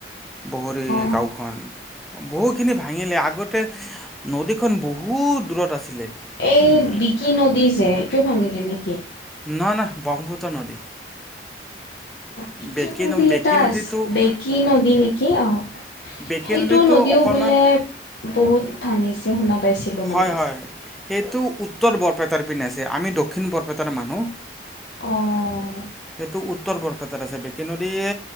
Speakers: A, in the centre; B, on the left.
A: বহৰী
B: অ
A: গাঁওখন বহুত খিনি ভাঙিলে, আগতে নদীখনন বহুত দূৰত আছিলে।
B: এই
A: উম
B: বিকি নদী যে এইটোৱে ভাঙিলে নেকি?
A: নহয়, নহয় ব্ৰহ্মপুত্ৰ নদী।
B: বিকি
A: বেকী
B: নদী
A: ন বেকী
B: এটা
A: নদীটো
B: আছে, বেকী নদী নেকি অ'।
A: বেকী
B: সেইটো
A: নদীটো
B: নদীও
A: অকণমান
B: বোলে বহুত ভাঙিছে শুনা পাইছিলোঁ
A: হয়
B: মানে।
A: হয় সেইটো উত্তৰ বৰপেটাৰ পিনে আছে, আমি দক্ষিণ বৰপেটাৰ মানুহ।
B: অ'।
A: সেইটো উত্তৰ বৰপেটাত আছে। বেকী নদীয়ে